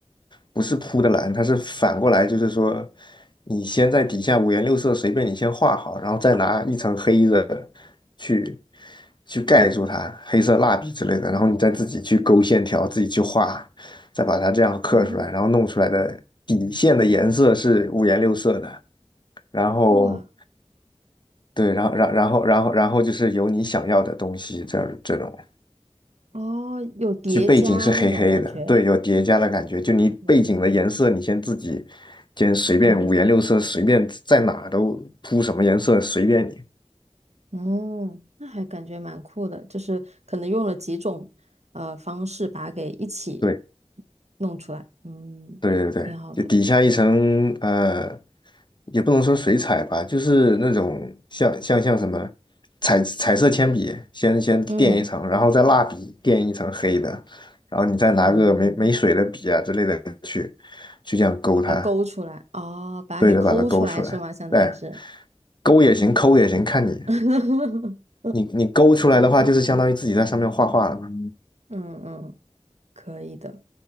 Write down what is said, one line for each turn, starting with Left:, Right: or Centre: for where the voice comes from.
Left: 不是铺的蓝，它是反过来，就是说你先在底下五颜六色随便你先画好，然后再拿一层黑的去去盖住它，黑色蜡笔之类的，然后你再自己去勾线条，自己去画，再把它这样刻出来，
Right: 哦，
Left: 然后弄出来的底线的颜色是五颜六色的。然后
Right: 哇，
Left: 对，然后然然后然后然后就是有你想要的东西，这这种
Right: 哦，有叠加那种感觉。
Left: 就背景是黑黑的，对，有叠加的感觉。就你背景的颜色，
Right: 哦，
Left: 你先自己先随便五颜六色，
Right: 嗯。
Left: 随便在哪都铺什么颜色随便你。
Right: 嗯，那还感觉蛮酷的，就是可能用了几种呃方式把它给一起
Left: 对。
Right: 弄出来，嗯，
Left: 对对对，
Right: 挺好的。
Left: 就底下一层呃，也不能说水彩吧，就是那种像像像什么彩彩色铅笔，先先垫一层，
Right: 嗯，
Left: 然后再蜡笔垫一层黑的，然后你再拿个没没水的笔啊之类的去
Right: 哦，
Left: 去这样勾它，
Right: 把它勾出来，哦，把它给抠出来是吗？
Left: 对着把它勾出来。
Right: 相当于是，
Left: 对，勾也行，抠也行，看你
Right: <laughs>
Left: 你你勾出来的话，就是相当于自己在上面画画了嘛。
Right: 嗯嗯，可以的。